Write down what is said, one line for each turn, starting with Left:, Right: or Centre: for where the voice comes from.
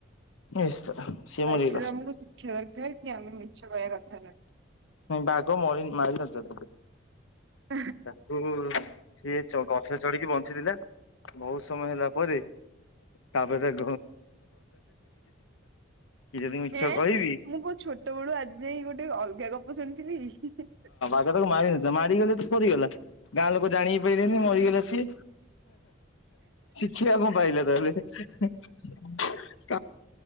Left: ଈଶ୍ୱର ସିଏ
Right: ତ
Left: ମରିଗଲା।
Right: ଏଥିରେ ଆମକୁ ଶିକ୍ଷା ଦରକାର କି ଆମେ ମିଛ କହିବା କଥା ନାହିଁ।
Left: ବାଘ <unintelligible>
Right: ନୁହେଁ।
Left: ତାକୁ ସିଏ ଗଛରେ ଚଢିକି ବଞ୍ଚିଥିଲା। ବହୁତ ସମୟ ହେଲା ପରେ ତାପରେ କି ଯଦି ମୁଁ ମିଛ
Right: ହେଁ
Left: କହିବି
Right: ମୁଁ କଣ ଛୋଟ ବେଳୁ ଆଜି ଯାଇ ଗୋଟେ ଅଲଗା ଗପ ଶୁଣିଥିଲି ହିଁ ହିଁ।
Left: ଆ ତାକୁ ମାର ନଥିଲା ମାରିଗଲେ ତ ସରିଗଲା। ଗାଁ ଲୋକ ଜାଣିି ପାରିଲେନି ମରିଗଲା ସିଏ। ଶିଖିବା କଣ ପାଇଲେ ତାହେଲେ <inaudible>